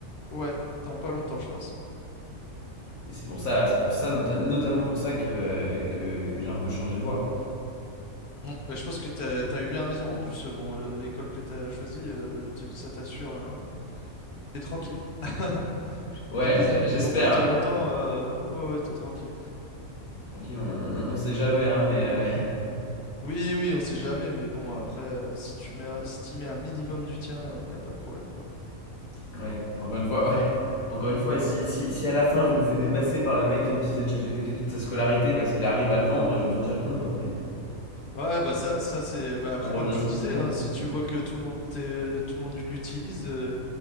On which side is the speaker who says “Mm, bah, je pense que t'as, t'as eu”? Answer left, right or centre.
Left